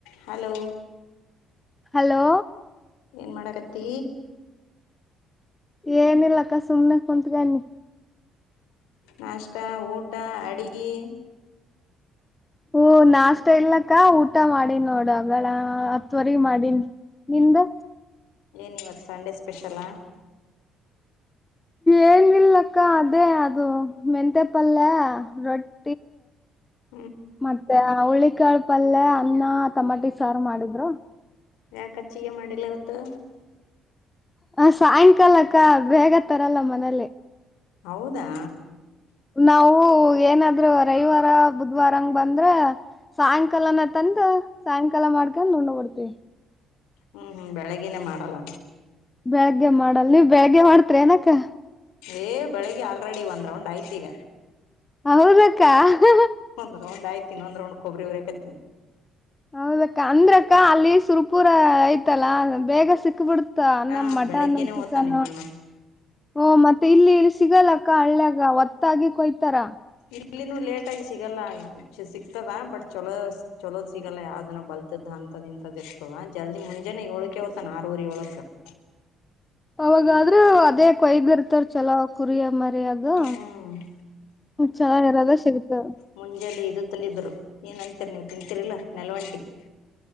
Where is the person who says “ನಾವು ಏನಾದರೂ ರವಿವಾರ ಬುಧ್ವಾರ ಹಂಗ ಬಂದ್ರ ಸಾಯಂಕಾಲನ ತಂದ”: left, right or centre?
Left